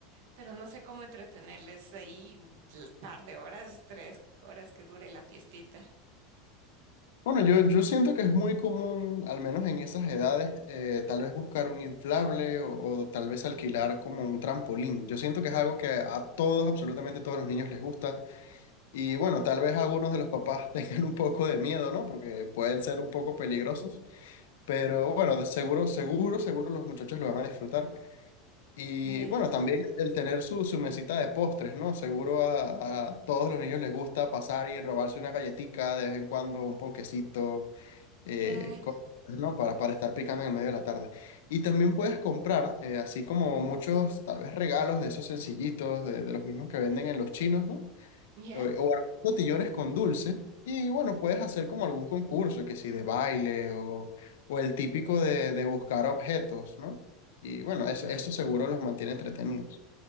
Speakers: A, on the right; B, on the left.
A: pero no sé cómo entretenerles ahí un par de horas, tres horas que dure la fiestita.
B: Bueno, yo, yo siento que es muy común, al menos en esas edades, eh, tal vez buscar un inflable o, o tal vez alquilar como un trampolín. Yo siento que es algo que a todos, absolutamente todos los niños les gusta. Y bueno, tal vez algunos de los papás <laughs> tengan un poco de miedo, ¿no? Porque pueden ser un poco peligrosos. Pero bueno, de seguro, seguro, seguro los muchachos lo van a disfrutar. Y
A: Ya,
B: bueno, también el tener su, su mesita de postres, ¿no? Seguro a, a todos los niños les gusta pasar y robarse una galletica de vez en cuando, un ponquecito eh,
A: claro,
B: co- ¿no? Para, para estar picando en el medio de la tarde. Y también puedes comprar, eh, así como muchos, tal vez regalos de esos sencillitos, de, de los mismos que venden en los chinos, ¿no?
A: ya,
B: Eh, o armar botillones con dulce. Y bueno, puedes hacer como algún concurso, que si de baile o, o el típico de, de buscar objetos, ¿no? Y bueno, eso, eso seguro los mantiene entretenidos.